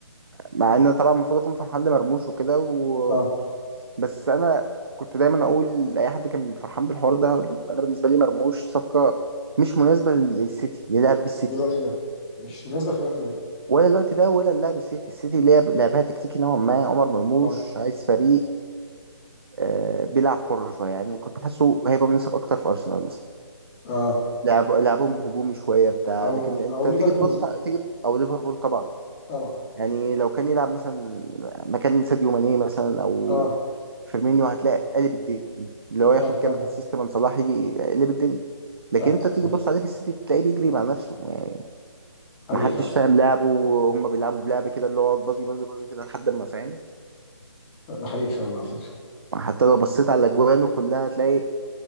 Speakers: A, on the right (about 55°); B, on the left (about 15°).
A: مع ان أنا طبعا المفروض اكون فرحان لمرموش وكده و...
B: اه
A: بس انا كنت دايما اقول لاي حد كان فرحان بالحوار ده أقول له انا بالنسبه لي مرموش صفقه مش مناسبه للسيتي للعب السيتي
B: في الوقت ده مش مناسبه في الوقت ده
A: ولا الوقت ده ولا لعب السيتي السيتي لعب لعبها تكتيكي نوعا ما عمر مرموش
B: اه
A: عايز فريق آه بيلعب حر شويه يعني كنت حاسه هيبقى مناسب اكتر في ارسنال مثلا
B: اه
A: لعب لعبهم هجومي شويه بتاع
B: او
A: لكن انت
B: او
A: تيجي
B: ليفربول
A: تبص تيجي او ليفربول طبعا
B: طبعا
A: يعني لو كان يلعب مثلا مكان ساديو ماني مثلا او
B: اه
A: فيرمينيو هتلاقي قلب الدنيا اللي هو ياخد
B: اه
A: كام
B: فعلا
A: اسيست من صلاح يجي يقلب الدنيا
B: فعلا
A: لكن انت تيجي
B: حقيقي
A: تبص عليه في السيتي تلاقيه بيجري مع نفسه يعني
B: حقيقي
A: محدش
B: فعلا
A: فاهم لعبه وهم بيلعبوا بلعب كده اللي هو يقعد بازي بازي بازي كده لحد ما فاهم
B: ده حقيقي فعلا على فكره
A: حتى لو بصيت على اجوانه كلها تلاقي